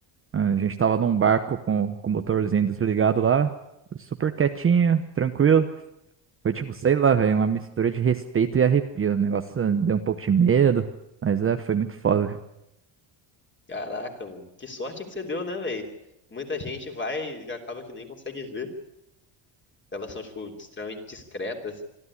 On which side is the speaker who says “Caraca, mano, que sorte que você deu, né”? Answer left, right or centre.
Left